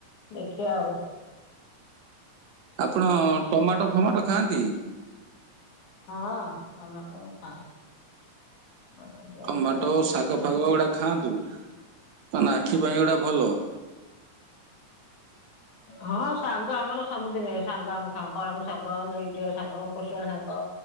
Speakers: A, on the left (about 60°); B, on the right (about 75°).
A: ଦେଖିବା ଆଉ।
B: ଆପଣ ଟମାଟୋ, ଫମାଟୋ ଖାଆନ୍ତି?
A: ହଁ ଟମାଟ, ମୁଁ ଖାଏ। ଟମାଟୋ
B: ଟମାଟୋ,
A: ବଡି ଫଡି
B: ଶାଗ,
A: ମୁଁ ଖାଏ।
B: ଫାଗ ଗୁଡା ଖାଆନ୍ତୁ। କଣ ନା, ଆଖି ପାଇଁ ଏଗୁଡା ଭଲ। <inaudible>
A: ହଁ ଶାଗ ଆମର ସବୁଦିନେ। ଶାଗ ଆମେ ଖାଉ, କଳମ ଶାଗ, ନେଉଟିଆ ଶାଗ, କୋଷଳା ଶାଗ,